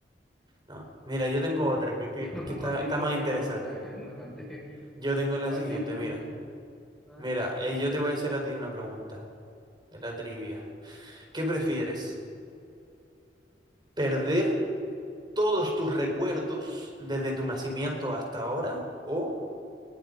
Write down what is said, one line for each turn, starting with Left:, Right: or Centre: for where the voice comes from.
Right: No. Mira, yo tengo otra que, que-
Centre: <laughs>
Right: que está,
Centre: o así,
Right: está
Centre: bueno,
Right: más
Centre: es
Right: interesante.
Centre: mejor, ¿verdad? <laughs> Una parte,
Right: Yo tengo la
Centre: o
Right: siguiente,
Centre: así, u-
Right: mira.
Centre: u- ah,
Right: Mira, eh, yo te voy a hacer a ti una pregunta, en la trivia. ¿Qué prefieres? ¿Perder todos tus recuerdos desde tu nacimiento hasta ahora o